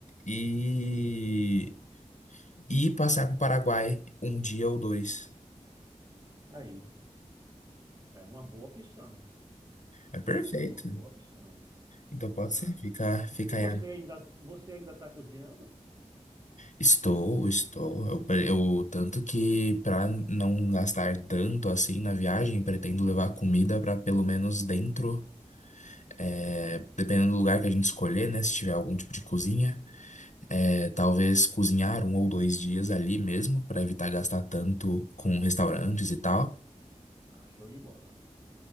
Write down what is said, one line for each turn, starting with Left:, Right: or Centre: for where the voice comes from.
Left: e e passar para o Paraguai um dia ou dois.
Right: Aí, é uma boa opção,
Left: É perfeito.
Right: né? É uma boa opção,
Left: Então pode
Right: né?
Left: ser, fica, fica
Right: E você
Left: aí.
Right: ainda, você ainda está cozinhando?
Left: Estou, estou. Eu, pre- eu- tanto que para não gastar tanto assim na viagem, pretendo levar comida para pelo menos dentro, é, dependendo do lugar que a gente escolher, né? Se tiver algum tipo de cozinha. É, talvez cozinhar um ou dois dias ali mesmo, para evitar gastar tanto com restaurantes e tal.
Right: Ah, show de bola.